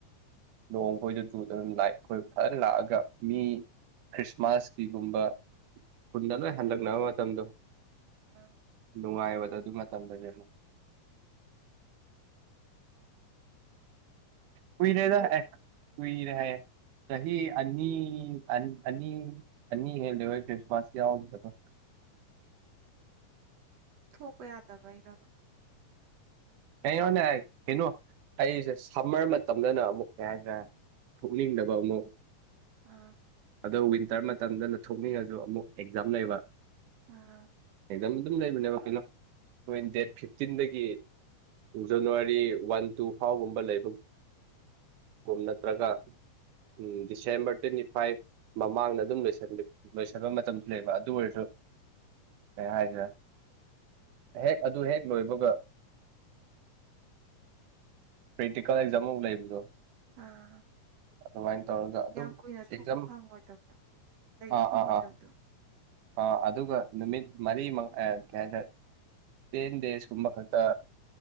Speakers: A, on the right; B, on the right.
A: ꯅꯣꯡꯈꯣꯏꯗꯨ ꯆꯨꯗꯅ ꯑꯗꯨꯝ ꯂꯥꯛꯠ ꯍꯣꯏ ꯐꯖꯅ ꯂꯥꯛꯑꯒ ꯃꯤ ꯈ꯭ꯔꯤꯁꯃꯥꯁꯀꯤꯒꯨꯝꯕ ꯈꯨꯟꯗ ꯂꯣꯏ ꯍꯜꯂꯛꯅꯕ ꯃꯇꯝꯗꯣ
B: ꯑꯥ
A: ꯅꯨꯡꯉꯥꯏꯕꯗꯣ ꯑꯗꯨ ꯃꯇꯝꯗꯨꯅꯦ ꯑꯃꯨꯛ ꯀꯨꯏꯔꯦ ꯗꯥ
B: ꯕꯨꯛ
A: ꯑꯦ ꯀꯨꯏꯔꯦ ꯍꯥꯏꯌꯦ ꯆꯍꯤ ꯑꯅꯤ ꯑꯅꯤ ꯑꯅꯤ ꯍꯦꯟꯂꯦꯕ ꯀ꯭ꯔꯤꯁꯃꯁ ꯌꯥꯎꯗꯕ
B: ꯊꯣꯛꯄ ꯌꯥꯗꯕꯩꯔꯕ
A: ꯀꯩꯅꯦ ꯀꯩꯅꯣ ꯑꯩꯁꯦ ꯁꯝꯃꯔ ꯃꯇꯝꯗꯅ ꯑꯃꯨꯛ ꯀꯩ ꯍꯥꯏꯇꯥꯔꯦ ꯊꯣꯛꯅꯤꯡꯗꯕ ꯑꯃꯨꯛ
B: ꯑꯥ
A: ꯑꯗꯣ ꯋꯤꯟꯇꯔ ꯃꯇꯝꯗꯅ ꯊꯣꯛꯅꯤꯡꯉꯁꯨ ꯑꯃꯨꯛ ꯑꯦꯛꯖꯥꯝ ꯂꯩꯕ
B: ꯑꯥ
A: ꯑꯦꯛꯖꯝ ꯑꯗꯨꯝ ꯂꯩꯕꯅꯦꯕ ꯀꯩꯅꯣ <unintelligible> ꯗꯦꯠ ꯐꯤꯐꯇꯤꯟꯗꯒꯤ ꯖꯅꯋꯥꯔꯤ ꯋꯥꯟ ꯇꯨ ꯐꯥꯎꯒꯨꯝꯕ ꯂꯩꯕ <unintelligible> ꯅꯠꯇ꯭ꯔꯒ ꯎꯝ ꯗꯤꯁꯦꯝꯕꯔ ꯇ꯭ꯋꯦꯟꯇꯤ ꯐꯥꯏꯚ ꯃꯃꯥꯡꯗ ꯑꯗꯨꯝ ꯂ‌ꯣꯏꯁꯟꯕꯤ ꯂꯣꯏꯁꯤꯟꯕ ꯃꯇꯝꯁꯨꯅ‌ꯦꯕ ꯑꯗꯨ ꯑꯣꯏꯔꯁꯨ ꯀꯩ ꯍꯥꯏ <unintelligible> ꯍꯦꯛ ꯑꯗꯨ ꯍꯦꯛ ꯂꯣꯏꯕꯒ ꯄ꯭ꯔꯦꯛꯇꯤꯀꯦꯜ ꯑꯦꯛꯖꯥꯝ ꯃꯨꯛ ꯂꯩꯕꯗꯣ
B: ꯑꯥ
A: ꯑꯗꯨꯃꯥꯏꯟ ꯇꯧꯔꯒ ꯑꯗꯨꯝ
B: ꯌꯥꯝ ꯀꯨꯏꯅ
A: ꯑꯦꯛꯖꯝ
B: ꯊꯣꯛꯄ ꯐꯪꯉꯣꯏꯗꯕꯗꯣ ꯂꯩꯕ
A: ꯑꯥ
B: ꯐꯪꯉꯣꯏꯗꯕꯗꯣ
A: ꯑꯥ ꯑꯥ ꯑ ꯑꯗꯨꯒ ꯅꯨꯃꯤꯠ ꯃꯔꯤ ꯃ ꯑꯦ ꯀꯩ ꯍꯥꯏꯇꯥꯔ ꯇꯦꯟ ꯗꯦꯖꯀꯨꯝꯕ ꯈꯛꯇ